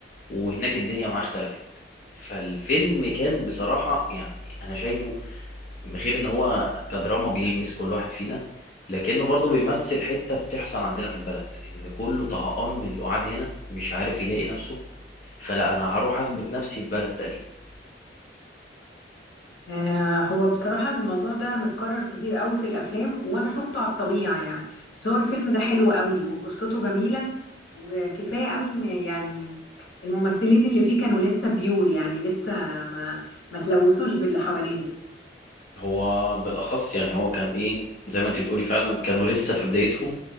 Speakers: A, on the left; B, on the left.
A: وهناك الدنيا معاه اختلفت فالفيلم كان بصراحة يعني أنا شايفه من غير إن هو كدراما بيلمس كل واحد فينا لكنه برضه بيمثل حتة بتحصل عندنا في البلد إن كله طهقان من اللي قاعد هنا مش عارف يلاقي نفسه فلا أنا هروح أثبت نفسي في بلد تانية
B: آه، هو بصراحة الموضوع ده متكرر كتير قوي في الأفلام وأنا شفته على الطبيعة يعني بس هو الفيلم ده حلو قوي وقصته جميلة وكفاية قوي إن يعني الممثلين اللي فيه كانوا لسه بيور يعني لسه ما ما تلوثوش باللي حوالينا
A: هو بالأخص يعني هو كان إيه زي ما أنت بتقولي فعلا كانوا لسه في بدايتهم